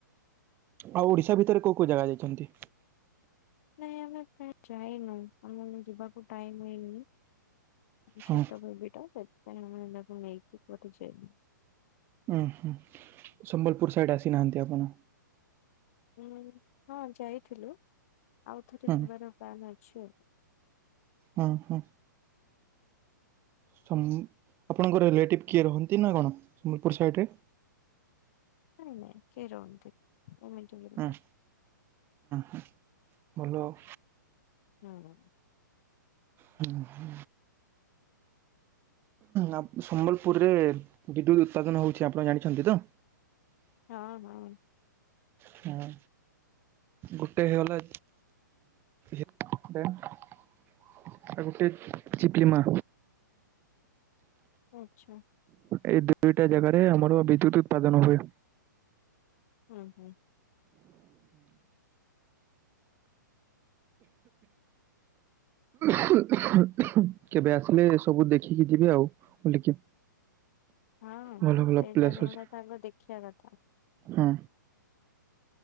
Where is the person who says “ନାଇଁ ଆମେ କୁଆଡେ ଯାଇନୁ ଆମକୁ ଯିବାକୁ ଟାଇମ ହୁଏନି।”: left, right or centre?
Left